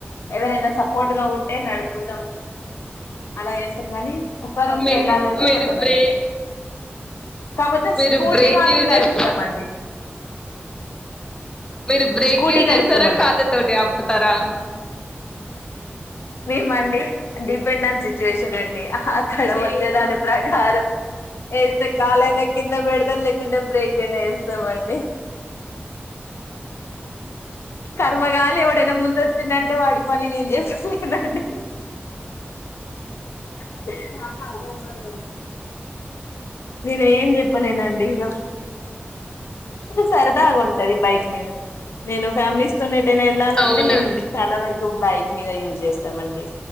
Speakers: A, on the left; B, on the left.
A: ఎవరైనా సపోర్ట్ గా ఉంటే నడుపుతాం అలా చేస్తాం కాని ఒక్కరం
B: మీ
A: వెళ్ళాలంటే
B: మీరు
A: కొంచెం
B: బ్రే
A: భయమైతుంది కాపోతే
B: మీరు
A: స్కూటీ
B: బ్రేక్
A: మాత్రం
B: యూజ్
A: నడుపుతాండి
B: చేస్ మీరు బ్రేక్
A: స్కూటీ
B: యూజ్
A: నడుపుతామండి
B: చేస్తారా కాళ్ళు తోటి ఆపుతారా
A: మేమండి డిపెండ్ ఆన్ సిచ్యువేషన్ అండి అక్కడ వచ్చే దాని ప్రకారం ఏస్తా కాలేనా కింద పెడతాం లేకుంటే బ్రేక్ అయినా ఏస్తా మండి కర్మగాలి ఎవడైనా ముందు వచ్చిండు అంటే వాడి పని నేను చెప్పలే <unintelligible> అ నేను ఏం చెప్పలేనండి ఇగ సరదాగా ఉంటది బయ నేను ఫ్యామిలీస్ తోనేటైనా వెళ్ళాలంటే
B: అవునండి
A: మేము చాలా వరకు బైక్ మీద యూస్చేస్తామండి